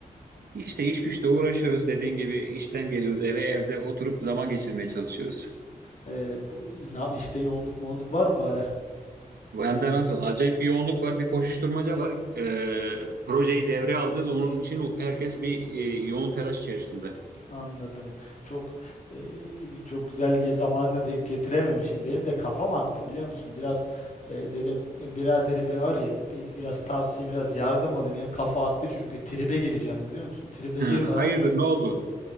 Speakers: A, on the right; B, on the left.
A: İşte iş güçle uğraşıyoruz. Dediğin gibi işten geliyoruz eve evde oturup zaman geçirmeye çalışıyoruz.
B: E, bu, ne, işte yoğunluk moğunluk var mı bari?
A: Bu hem de nasıl? Acayip bir yoğunluk var, bir koşuşturmaca var. Ee, projeyi devreye alacağız. Onun için herkes bir e, yoğun telaş içerisinde.
B: Anladım. Çok e, çok güzel diye zamanına denk getirememişim. Benim de kafam attı biliyor musun? Biraz e, dedim e, biraderi bir arayayım. Bir, biraz tavsiye biraz yardım alayım. Benim kafa attı çünkü tribe gireceğim biliyor musun? Tribe
A: Ha,
B: girmeden
A: Hayırdır, ne oldu?